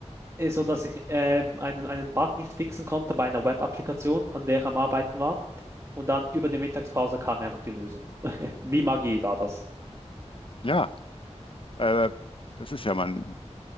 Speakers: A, on the right; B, on the left.
A: äh, so dass ich äh, einen, einen Bug nicht fixen konnte bei einer Web-Applikation, an der ich am Arbeiten war. Und dann über die Mittagspause kam einfach die Lösung. <laughs> Wie Magie war das.
B: Ja, äh, das ist ja mal ein